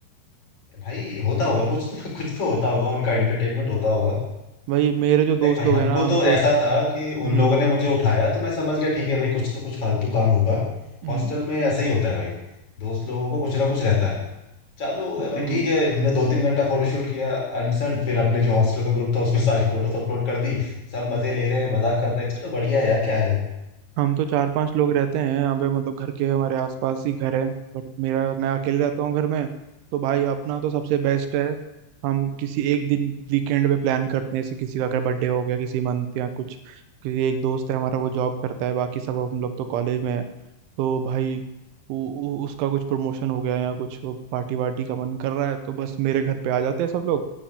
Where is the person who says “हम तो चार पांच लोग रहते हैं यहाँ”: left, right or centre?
Right